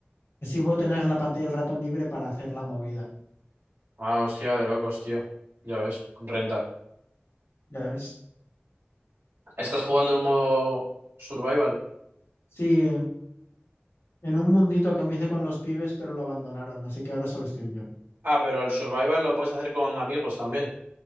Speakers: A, on the left; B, on the right.
A: Así puedo tener la pantalla del ratón libre para hacer la movida,
B: ah, hostia, de locos, tío. Ya ves, renta.
A: ¿ya ves?
B: Estás jugando en modo survival.
A: Sí, eh, en un mundito que me hice con los pibes, pero lo abandonaron, así que ahora solo estoy yo.
B: Ah, pero el survival lo puedes hacer con amigos también.